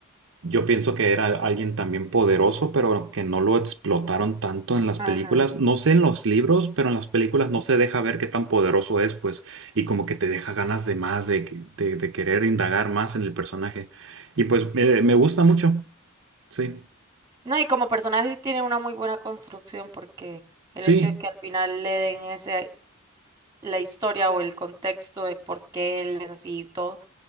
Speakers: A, on the right; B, on the right.
A: yo pienso que era alguien también poderoso, pero que no lo explotaron tanto en las
B: ajá.
A: películas. No sé en los libros, pero en las películas no se deja ver qué tan poderoso es, pues, y como que te deja ganas de más, de, que- de, de querer indagar más en el personaje. Y pues me, me gusta mucho, sí.
B: No, y como personaje sí tiene una muy buena construcción porque el
A: Sí,
B: hecho de que al final le den ese, la historia o el contexto de por qué él es así y todo,